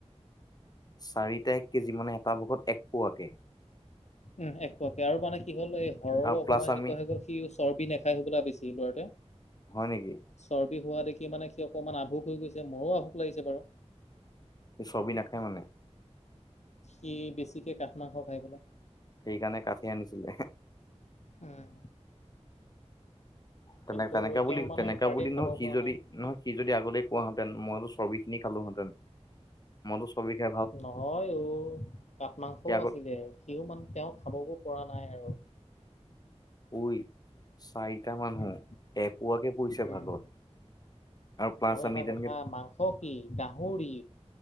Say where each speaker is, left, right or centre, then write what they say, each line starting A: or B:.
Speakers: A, on the left (about 35°); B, on the left (about 75°).
A: চাৰিটা এক কেজি মানে এটা ভাগত এক পোৱাকে
B: উম এক প্ৰকাৰৰ মানে কি হ'ল এই হৰৰো
A: আৰু
B: অকণমান
A: প্লাছ
B: এনেুৱা
A: আমি
B: হৈ গ'ল সি উচ চৰ্বি নাখাই সবলা বেছি লৰাতোৱে
A: হয় নেকি
B: চৰ্বি হোৱা দেখি মানে সি অকণমান আভোক হৈ গৈছে মোৰো আভোক লাগিছে বাৰু
A: সি চৰ্বি নাখায় মানে
B: সি বেছিকে কাঠ মাংস খায় বোলে।
A: সেইকাৰণে কঠেই আনিছিলে।
B: উম।
A: তেনে
B: কিন্তু
A: তেনেকা
B: তেওঁ
A: বুলি
B: মানে
A: তেনেকা
B: পাৰ্টি
A: বুলি
B: খাব
A: নহ সি
B: পৰা
A: যদি
B: নাই।
A: নহয় সি যদি আগতে কোৱাহেতেন মইতো চৰ্বিখিনি খালোহেতেন। মইতো চৰ্বি খায়
B: নহয় ঔ কাঠ মাংসও
A: সি আগত
B: আছিলে, সিও মানে তেওঁ খাব পৰা নাই আৰু।
A: ঐ চাৰিটা মানুহ
B: উম,
A: এপোৱাকে পৰিছে
B: উম,
A: ভাগত! প্লাছ
B: আৰু
A: আমি
B: এটা
A: তেনেকে
B: কথা মাংস কি গাহৰি।